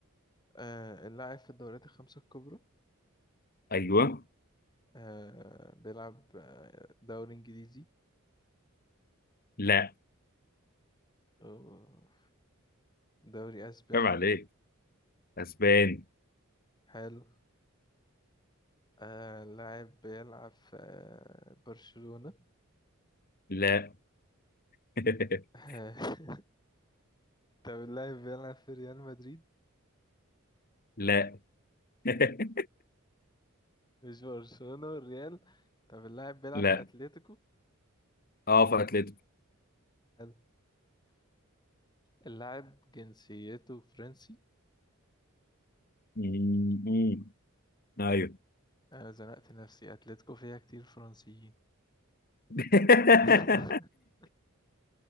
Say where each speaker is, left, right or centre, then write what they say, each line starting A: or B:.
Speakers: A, on the left; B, on the left.
A: آه اللاعب في الدوريات الخمسة الكبرى
B: ايوه
A: آه بيلعب آه، دوري انجليزي
B: لا
A: أوه، دوري اسباني
B: عيب عليك اسبان
A: حلو آه اللاعب بيلعب في آه برشلونة
B: لا <laughs>
A: <laughs> طب اللاعب بيلعب في ريال مدريد
B: لا <laughs>
A: مش برشلونة والريال طب اللاعب بيلعب
B: لا
A: في اتلتيكو
B: اه في اتلتيكو
A: حلو اللاعب جنسيته فرنسي
B: مم، مم. ايوه
A: انا زنقت نفسي اتلتيكو فيها كتير فرنسيين
B: <laughs>
A: <laughs>